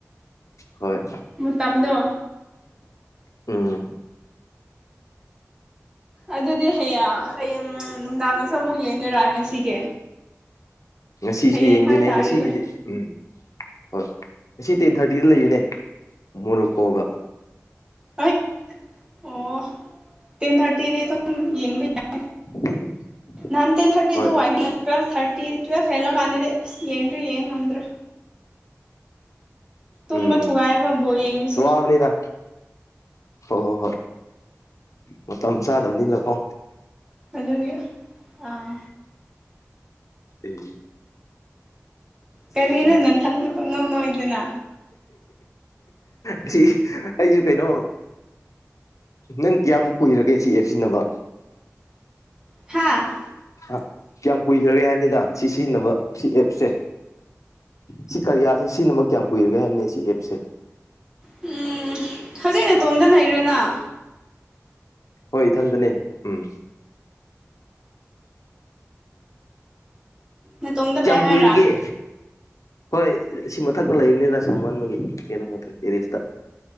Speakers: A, on the left (about 80°); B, on the right (about 15°).
A: ꯍꯣꯏ
B: ꯃꯇꯝꯗꯣ
A: ꯎꯝ
B: ꯑꯗꯨꯗꯤ ꯍꯌꯦꯡ ꯍꯌꯦꯡ ꯅꯨꯡꯗꯥꯡꯁꯨ ꯑꯃꯨꯛ ꯌꯦꯡꯗꯣꯏꯔꯥ ꯉꯁꯤꯒꯤ
A: ꯉꯁꯤꯁꯨ
B: ꯍꯌꯦꯡ
A: ꯌꯦꯡꯗꯣꯏꯅꯦ
B: ꯍꯥꯏꯇꯥꯔꯦꯗ
A: ꯉꯁꯤꯒꯤꯗꯤ ꯎꯝ ꯍꯣꯏ ꯁꯤ ꯇꯦꯟ ꯊꯥꯔꯇꯤꯗ ꯂꯩꯌꯅꯦ ꯃꯣꯔꯣꯛꯀꯣꯒ
B: ꯑꯩ ꯑꯣ ꯇꯦꯟ ꯊꯥꯔꯇꯤꯗꯤ ꯑꯗꯨꯝ ꯌꯦꯡꯕ ꯌꯥꯏ
A: <inaudible>
B: ꯅꯍꯥꯟ ꯇꯦꯟ ꯊꯥꯔꯇꯤ
A: ꯍꯣꯏ
B: ꯑꯗꯨ ꯋꯥꯏꯅꯤ ꯇꯨꯋꯜꯐ ꯊꯥꯔꯇꯤ ꯇꯨꯋꯜꯐ ꯍꯦꯜꯂꯒꯥꯟꯗꯗꯤ ꯑꯁ ꯌꯦꯡꯗ꯭ꯔꯦ ꯌꯦꯡ ꯉꯝꯗ꯭ꯔꯦ ꯇꯨꯝꯕ
A: ꯎꯝ
B: ꯊꯨꯒꯥꯏꯕ ꯕꯣꯜ ꯌꯦꯡꯕꯁꯦ
A: ꯁꯋꯥꯕꯅꯤꯗ ꯍꯣꯏ ꯍꯣꯏ ꯍꯣꯏ ꯃꯇꯝ ꯆꯥꯗꯕꯅꯤꯅꯀꯣ
B: ꯑꯗꯨꯒꯤ ꯑꯥ
A: ꯑꯩ
B: ꯀꯔꯤꯅꯣ
A: ꯊ꯭ꯔꯤ
B: ꯅꯊꯟꯗ ꯄꯛꯅꯧ ꯅꯣꯏꯗꯅ
A: ꯑꯁꯤ ꯑꯩꯁꯨ ꯀꯩꯅꯣ ꯅꯪ ꯀꯌꯥꯃꯨꯛ ꯀꯨꯏꯔꯒꯦ ꯁꯤ ꯑꯦꯞ ꯁꯤꯖꯤꯟꯅꯕ
B: ꯍꯥꯥ
A: ꯑ ꯀꯌꯥꯝ ꯀꯨꯏꯈ꯭ꯔꯒꯦ ꯍꯥꯏꯔꯅꯤꯗ ꯁꯤ ꯁꯤꯖꯤꯟꯅꯕ ꯁꯤ ꯑꯦꯞꯁꯦ ꯁꯤ ꯀꯔꯤꯌꯥꯁꯦ ꯁꯤꯅꯃꯛ ꯀꯌꯥꯝ ꯀꯨꯏꯔꯒꯦ ꯍꯥꯏꯕꯅꯦ ꯁꯤ ꯑꯦꯞꯁꯦ
B: ꯎꯝ ꯍꯧꯖꯤꯛ ꯅꯇꯣꯝꯗ ꯂꯩꯔꯤꯔ ꯅꯪ
A: ꯍꯣꯏ ꯏꯊꯟꯗꯅꯦ ꯎꯝ
B: ꯅꯇꯣꯝꯗ
A: ꯀꯌꯥꯝ
B: ꯂꯩ ꯍꯥꯏꯔ
A: ꯀꯨꯏꯔꯒꯦ ꯍꯣꯏ ꯑꯁꯤ ꯃꯊꯛꯇ ꯂꯩꯕꯅꯤꯗ ꯁꯥꯃꯟꯕꯒꯤ ꯀꯩꯅꯣ ꯃꯊꯛꯇ ꯇꯦꯔꯤꯁꯇ